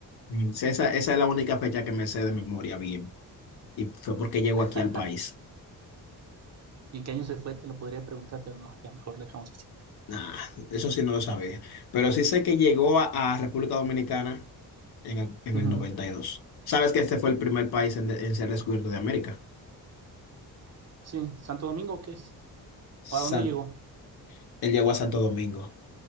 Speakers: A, on the left; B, on the right.
A: Mm, sí, Esa, esa es la única fecha que me sé de memoria bien. Y fue porque llegó
B: <laughs>
A: aquí al país.
B: ¿Y en qué año se fue? Te lo podría preguntar, pero no, ya mejor lo dejamos así.
A: Nah, eso sí no lo sabía. Pero sí sé que llegó a, a República Dominicana en el, en
B: Ujú.
A: el 92. ¿Sabes que este fue el primer país en, de- en ser descubierto de América?
B: Sí, Santo Domingo, ¿qué es?
A: San-
B: ¿O a dónde llegó?
A: Él llegó a Santo Domingo.